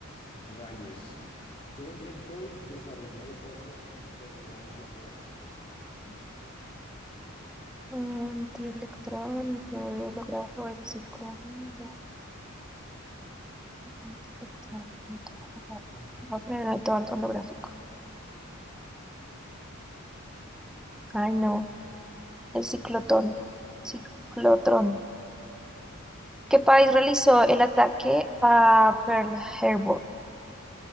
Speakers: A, on the left; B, in the centre.
A: Rayos. ¿Qué inventó y desarrolló Ernest Orlando Lawrence? Ah, eso me suena muchísimo.
B: Mm, Antielectrónico,
A: Mm,
B: holografo, el psicólogo, antielectrónico,
A: Ah,
B: holográfico,
A: Dios.
B: holográfico. Ay, no.
A: Bueno.
B: El ciclotón.
A: Ni idea de qué será eso, la verdad.
B: Ciclotrón. ¿Qué país realizó el ataque a Pearl Harbor?